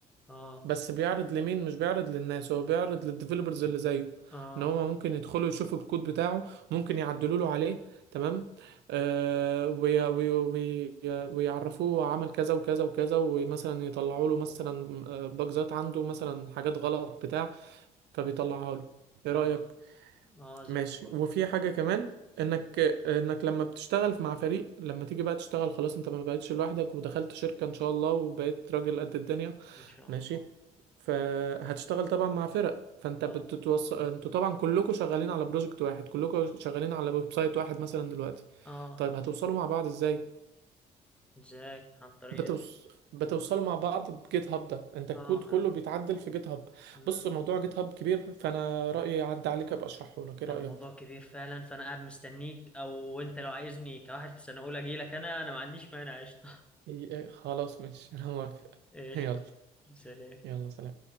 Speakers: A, in the centre; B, on the right.
A: اه
B: بس بيعرض لمين مش بيعرض للناس هو بيعرض للديفلوبرز اللي زيه
A: اه
B: ان هما ممكن يدخلوا يشوفوا الكود بتاعه ممكن يعدلوا له عليه تمام آه وي وي وي ويعرفوه عمل كذا وكذا وكذا ومثلا يطلعوا له مثلا آه، باجزات عنده مثلا حاجات غلط بتاع فبيطلعها له ايه
A: اه
B: رأيك
A: اه زي
B: ماشي
A: الفل
B: وفي حاجة كمان انك انك لما بتشتغل مع فريق لما تيجي بقى تشتغل خلاص انت ما بقتش لوحدك ودخلت شركة ان شاء الله وبقيت راجل قد الدنيا
A: ان شاء
B: ماشي
A: الله
B: فهتشتغل طبعا مع فرق فانت
A: اه
B: بتتوص... انتوا طبعا كلكم شغالين على بروجكت واحد كلكم شغالين على ويب سايت واحد مثلا دلوقتي
A: اه
B: طيب هتوصلوا مع بعض ازاي
A: ازاي عن طريق
B: بتوص... بتوصلوا
A: اه
B: مع بعض بجيت هاب ده انت الكود
A: ما أنا-
B: كله بيتعدل في جيت هاب
A: مم.
B: بص موضوع جيت هاب كبير فانا رأيي يعدي عليك ابقى اشرحه لك ايه
A: الموضوع
B: رأيك
A: كبير فعلا فانا قاعد مستنيك او انت لو عايزني كواحد في سنه اولى اجي لك انا انا ما عنديش مانع قشطه
B: إيه، إيه، خلاص ماشي انا موافق
A: <laughs> قشطه
B: <laughs> يلا
A: سلام
B: يلا سلام